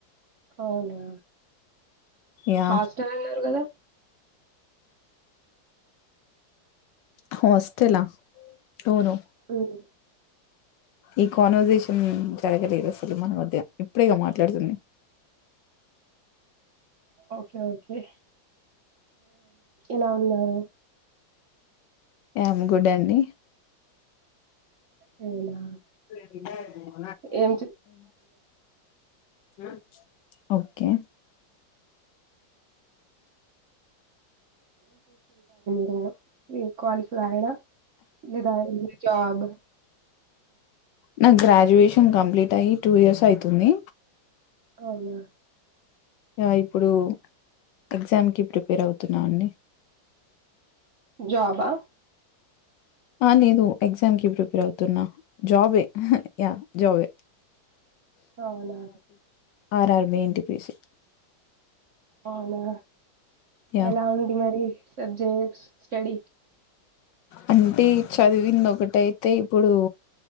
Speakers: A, on the right; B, on the left.
A: అవునా
B: యా
A: హాస్టల్ అన్నారు కదా
B: హాస్టలా అవును
A: ఉమ్,
B: ఈ కాన్వర్సేషన్ జరగలేదు అసలు మన మధ్య ఇప్పుడేగా మాట్లాడుతుంది.
A: ఓకే ఓకే ఎలా ఉన్నారు.
B: యామ్ గుడ్ అండి
A: అవునా
B: అ
A: ఏం చే <inaudible>
B: ఆ ఓకే
A: ఓ మీరు క్వాలిఫైడా లేద ఏదైనా జాబ్
B: నా గ్రాడ్యుయేషన్ కంప్లీట్ అయ్యి టూ ఇయర్స్ అయితుంది.
A: అవునా
B: యా ఇప్పుడు ఎగ్జామ్కి ప్రిపేర్ అవుతున్నా అండి.
A: జాబ్ ఆ
B: ఆ నేను ఎగ్జామ్కి ప్రిపేర్ అవుతున్నా జాబే యా జాబే
A: అవునా
B: R R B N T P C
A: అవునా
B: యా
A: ఎలా ఉంది మరి సబ్జెక్ట్స్ స్టడీ
B: అంటే చదివింది ఒకటైతే ఇప్పుడు